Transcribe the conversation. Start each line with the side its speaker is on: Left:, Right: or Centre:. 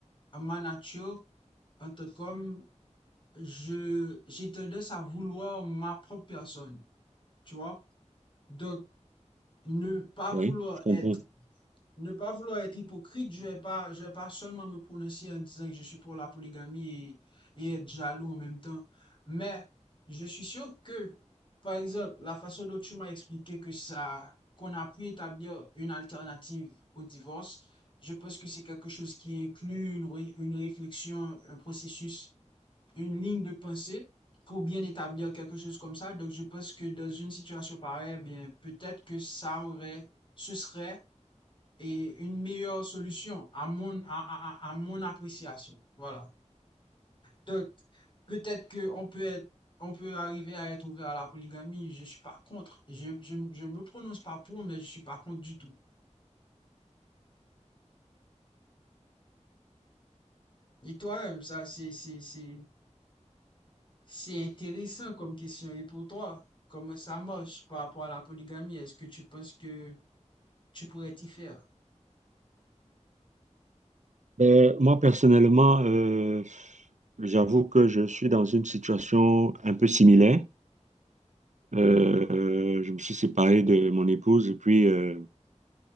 Left: à ma nature, en tant qu'homme, je, j'ai tendance à vouloir ma propre personne. Tu vois? Donc, ne pas
Right: Oui,
Left: vouloir
Right: je comprends.
Left: être ne pas vouloir être hypocrite, je vais pas, je vais pas seulement me prononcer en disant que je suis pour la polygamie et, et être jaloux en même temps. Mais je suis sûr que, par exemple, la façon dont tu m'as expliqué que ça, qu'on a pu établir une alternative au divorce, je pense que c'est quelque chose qui inclut une, ré- une réflexion, un processus, une ligne de pensée pour bien établir quelque chose comme ça. Donc, je pense que dans une situation pareille, bien, peut-être que ça aurait, ce serait et une meilleure solution à mon, à, à, à- mon appréciation. Voilà. Donc, peut-être que on peut être, on peut arriver à être ouvert à la polygamie. Je suis pas contre. Je, je, je me prononce pas pour, mais je suis pas contre du tout. Et toi, ça, c'est, c'est, c'est, c'est intéressant comme question. Et pour toi, comment ça marche par rapport à la polygamie? Est-ce que tu penses que tu pourrais t'y faire?
Right: Ben, moi, personnellement, euh, j'avoue que je suis dans une situation un peu similaire. Euh, euh, je me suis séparé de mon épouse et puis euh,